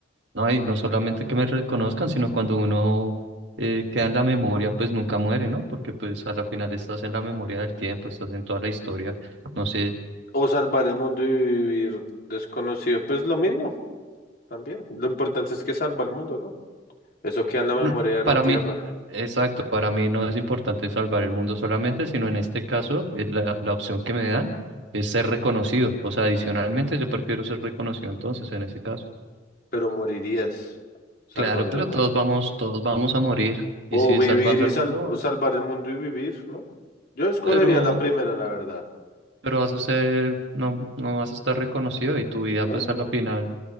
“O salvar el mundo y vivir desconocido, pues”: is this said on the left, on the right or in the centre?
Left